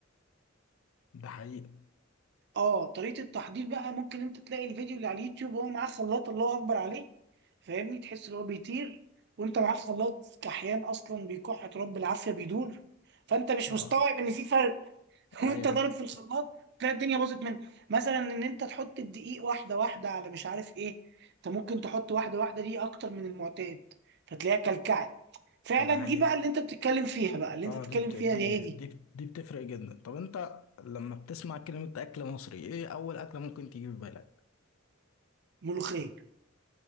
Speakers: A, on the left; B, on the right.
A: ده حقيقة
B: اه طريقة التحضير بقى ممكن انت تلاقي الفيديو اللي على اليوتيوب وهو معاه خلاط الله اكبر عليه فاهمني تحس ان هو بيطير وانت معاه خلاط كحيان اصلا بيكح تراب بالعافية بيدور فانت مش
A: اه
B: مستوعب ان في فرق <laughs>
A: ايوه
B: وانت ضارب في الخلاط تلاقي الدنيا باظت منك مثلا ان انت تحط الدقيق واحدة واحدة على مش عارف ايه انت ممكن تحط واحدة واحدة دي اكتر من المعتاد فتلاقيها كلكعت فعلا
A: ده حقيقة
B: دي بقى اللي انت بتتكلم فيها بقى اللي
A: اه
B: انت بتتكلم
A: دي بت...
B: فيها
A: دي
B: دي هي دي
A: دي دي بتفرق جدا طب انت لما بتسمع كلمة اكل مصري ايه اول اكلة ممكن تيجي في بالك
B: ملوخية